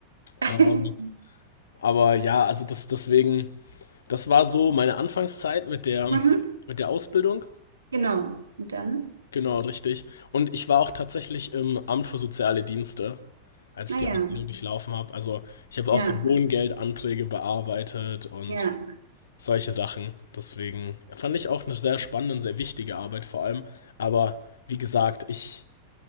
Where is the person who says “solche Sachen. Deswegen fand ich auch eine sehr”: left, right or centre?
Left